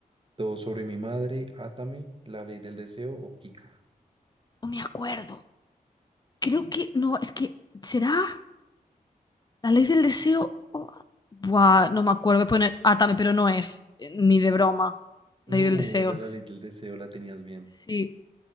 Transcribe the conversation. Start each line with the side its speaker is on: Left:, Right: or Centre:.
Right: Todo sobre mi madre, Átame, La ley del deseo o Kika.
Left: No me acuerdo. Creo que no, es que será. La ley del deseo. oh, buah, no me acuerdo. Voy a poner Atame, pero no es. eh, Ni de broma.
Right: No,
Left: Ley del deseo.
Right: era La ley del deseo, la tenías bien.
Left: Sí.